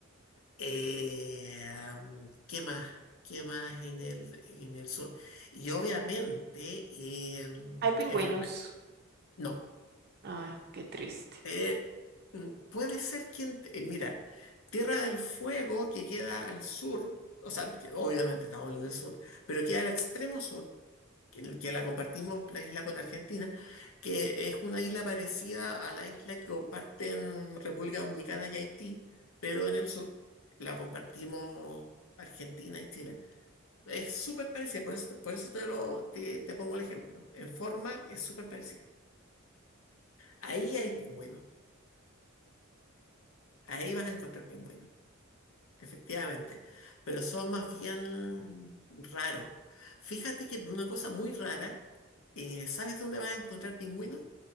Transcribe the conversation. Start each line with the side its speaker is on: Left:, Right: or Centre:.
Left: Eh, um, ¿qué más? ¿Qué más en el, en el sur? Y obviamente, eh, um,
Right: Hay pingüinos.
Left: enferme- no.
Right: Ay, qué triste.
Left: Eh, mm, puede ser quien, eh, mira, Tierra del Fuego que queda al sur, o sea, que obviamente estamos en el sur, pero queda al extremo sur. que, que la compartimos, la isla con Argentina, que es una isla parecida a la isla que comparten República Dominicana y Haití, pero en el sur la compartimos Argentina y Chile. Es súper parecida, por eso, por eso te, lo, te, te pongo el ejemplo. En forma es súper parecida. Ahí hay pingüinos, ahí vas a encontrar pingüinos, efectivamente, pero son más bien raros. Fíjate que por una cosa muy rara, eh, ¿sabes dónde vas a encontrar pingüinos?